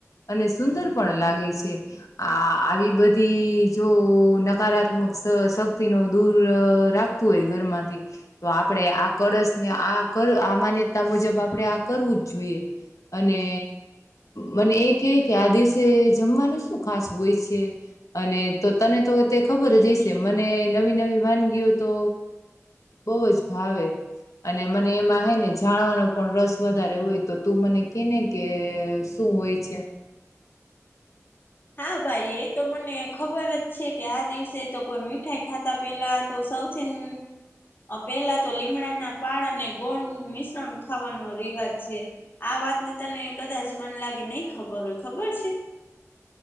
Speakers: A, on the left; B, on the left.
A: <unintelligible> અને સુંદર પણ લાગે છે આ આવી બધી જો નકારાત્મક શ શક્તિનુ દૂર રાખતું હોય ઘરમાંથી તો આપણેે આ કળશને આ કર આ માન્યતા મુજબ આપણે આ કરવું જ જોઈએ અને મને એ કે આ દિવસે જમવાનું શું ખાસ હોય છે, અને તો તને તો તે ખબર જ હશે મને નવી નવી વાનગીઓ તો બહુ જ ભાવે અને મને એમાં હે ને જાણવાનો પણ રસ વધારે હોય તો તું મને કેને કે શું હોય છે.
B: હા ભાઈ એ તો મને ખબર જ છે, કે આ દિવસે તો કોઈ મીઠાઈ ખાતા પેલા તો સૌથી પહેલા તો લીમડાના પાળ અને ગોળ નું મિશ્રણ ખાવાનો રી <unintelligible> છે, આ વાતને તને કદાચ મન લાગે નહી ખબર હોય ખબર છે.